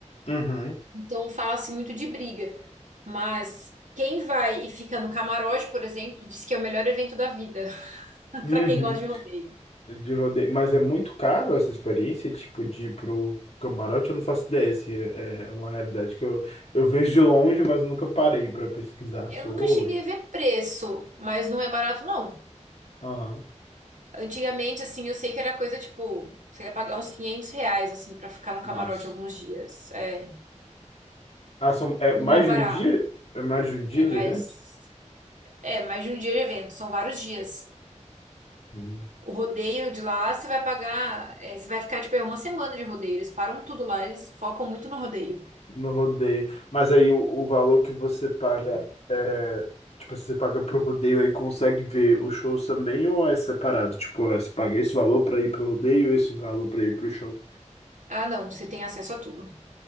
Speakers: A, on the left (about 55°); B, on the right (about 85°).
A: Uhum.
B: Então fala-se muito de briga. Mas quem vai e fica no camarote, por exemplo, diz que é o melhor evento da vida, <laughs>
A: Uhum.
B: para quem gosta de rodeio.
A: De rodeio. Mas é muito caro essa experiência, tipo, de ir pro camarote? Eu não faço ideia se é é uma realidade que eu, eu vejo de longe, mas nunca parei pra pesquisar
B: Eu
A: sobre.
B: nunca cheguei a ver preço, mas não é barato, não.
A: Aham.
B: Antigamente, assim, eu sei que era coisa tipo, você ia pagar uns 500 reais, assim, para ficar no camarote
A: Nossa.
B: alguns dias. É,
A: Ah, são, é
B: não
A: mais
B: é barato.
A: de um dia? É mais de um dia
B: É mais.
A: de evento?
B: É, mais de um dia de evento, são vários dias.
A: Uhum.
B: O rodeio de lá, você vai pagar, é, você vai ficar, tipo, é uma semana de rodeio. Eles param tudo lá, eles focam muito no rodeio.
A: No rodeio. Mas aí o, o valor que você paga é. Tipo, se você paga pro rodeio aí consegue ver os shows também ou é separado? Tipo, ó, você paga esse valor pra ir pro rodeio, esse valor pra ir pro show.
B: Ah, não, você tem acesso a tudo.